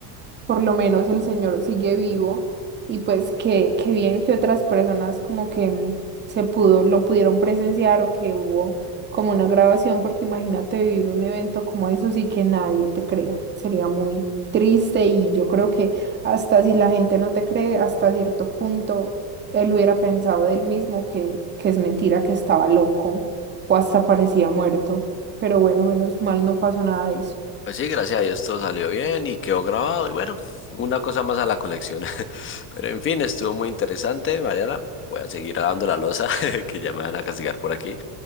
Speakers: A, on the right (about 20°); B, on the left (about 25°).
A: por lo menos el Señor sigue vivo y pues que, que bien que otras personas como que mm, se pudo, lo pudieron presenciar o que hubo como una grabación, porque imagínate vivir un evento como eso y que nadie te crea, sería muy triste y yo creo que hasta si la gente no te cree, hasta cierto punto él hubiera pensado de él mismo que, que es mentira, que estaba loco o hasta parecía muerto, pero bueno, menos mal no pasó nada de eso.
B: Pues sí, gracias a Dios todo salió bien y quedó grabado y bueno, una cosa más a la colección. <laughs> Pero en fin, estuvo muy interesante, Mariana. Voy a seguir lavando la losa <laughs> que ya me van a castigar por aquí.